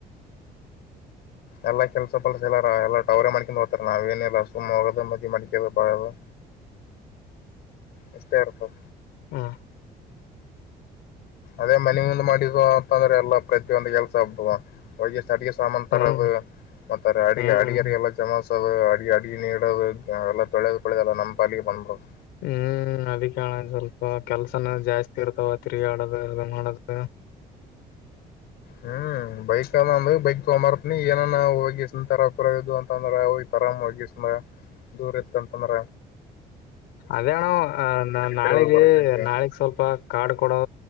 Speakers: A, on the left (about 75°); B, on the left (about 85°).
A: ಎಲ್ಲಾ ಕೆಲ್ಸ ಪಲ್ಸ ಎಲ್ಲಾರ ಎಲ್ಲಾ ಅವ್ರೇ ಮಾಡ್ಕೊಂಡ್ ಹೋಗ್ತಾರ ನಾವ ಏನಿಲ್ಲ ಸುಮ್ಮ್ ಹೋಗೋದು ಮದಿ ಮಾಡ್ಕೊಂಡು ಬರೋದು <inaudible> ಎಷ್ಟೇ ಇರ್ತದ
B: ಹಾ
A: ಅದೇ ಮನಿಂದ ಮಾಡಿಸುವ ಅಂತಂದ್ರೆ ಎಲ್ಲ ಪ್ರತಿಯೊಂದು ಕೆಲ್ಸ ಆಗ್ತಾವ ಅಡಿಗೆ ಸಾಮಾನ ತರೋದು
B: ಹ್ಮ್
A: ಮತ್ತ ಅಡ
B: ಹ್ಮ್
A: ಅಡಿಗೆರಿ ಎಲ್ಲ ಜಮಾಸದು ಅ ಅಡಿಗೆನೀ ಇಡ ಎಲ್ಲ ತೊಳೆದು ಪಾಳೆದು ಎಲ್ಲಾ ಅಲ್ಲ ನಮ್ಮ ಪಾಲಿಗೆ ಬಂದುಬಿಡೋದು
B: ಹ್ಮ್ ಅದಿಕ್ಕೆ ಅಣ್ಣ ಸ್ವಲ್ಪ ಕೆಲ್ಸನ ಜಾಸ್ತಿ ಇರ್ತಾವ ತಿರುಗಾಡದು ಅದೆಲ್ಲ ಮಾಡದು ಬೇಡ
A: ಹ್ಮ್ ಬೈಕ್ ಅದ ಅಂದ ಬೈಕ್ ತಗೊಂಬಾರ ಏನಾನ ಹೋಗಿಂತರರದು ಅಂದ್ರ ಅವಯತ್ ಆರಾಮ್ವಾಗಿಸು ದೂರ್ ಇತ್ತಂತಂದ್ರ
B: ಅದೇಣ ಅ ನಾಳಗ
A: ಕಡೆ ಹೋಗಿ ಬರಕಂತಿ
B: ನಾಳಿಗ್ ಸ್ವಲ್ಪ ಕಾಡು ಕೊಡೋ